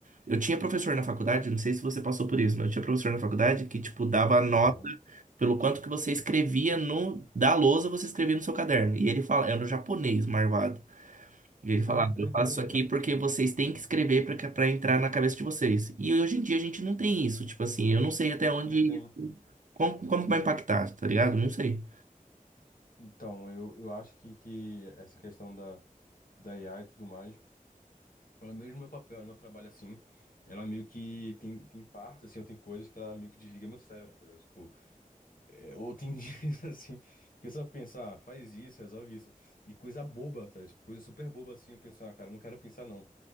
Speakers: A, on the right; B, on the left.
A: Eu tinha professor na faculdade, não sei se você passou por isso, mas eu tinha professor na faculdade que, tipo, dava nota
B: Aham.
A: pelo quanto que você escrevia no, da lousa, você escrevia no seu caderno. E ele fala, era um japonês, marvado. E ele
B: Caraca,
A: falava,
B: que
A: eu
B: doideira.
A: faço isso aqui porque vocês têm que escrever para para entrar na cabeça de vocês. E hoje em dia a gente não tem isso, tipo assim, eu não sei até onde
B: Não tem.
A: como, como vai impactar, tá ligado? Não sei.
B: Então, eu, eu acho que, que essa questão da, da IA e tudo mais. Pelo menos no meu papel, no meu trabalho assim, ela meio que tem, tem partes, assim, ou tem coisas que ela meio que desliga meu cérebro, tá ligado? Tipo, é, ou tem <laughs> dias assim, que eu só penso, ah, faz isso, resolve isso. E coisa boba, tá ligado? Tipo, coisa super boba assim, eu penso, ah, cara, eu não quero pensar não.